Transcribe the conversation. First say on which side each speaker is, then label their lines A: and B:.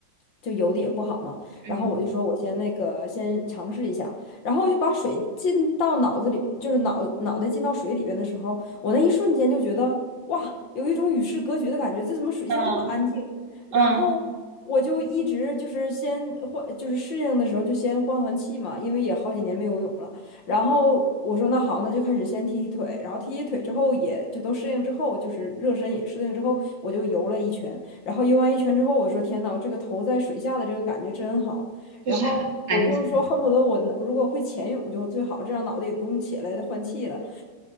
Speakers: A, on the left; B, on the right.
A: 就游的也不好嘛。
B: 嗯
A: 然后我就说我先那个先尝试一下，然后我就把水进到脑子里，就是脑脑袋进到水里边的时候，我那一瞬间就觉得哇，有一种与世隔绝的感觉，这怎么水下这么安静？
B: 嗯
A: 然后我就一直就是先换，
B: 嗯，
A: 就是适应的时候就先换换气嘛，因为也好几年没游泳了。然后我说那好，那就开始先踢踢腿，然后踢踢腿之后也就都适应之后，就是热身也适应之后，我就游了一圈。然后游完一圈之后，我说天呐，这个头在水下的这个感觉真好。然后我就说恨不得我能如果会潜泳就最好，
B: 就是很安静。
A: 这样脑袋也不用起来换气了。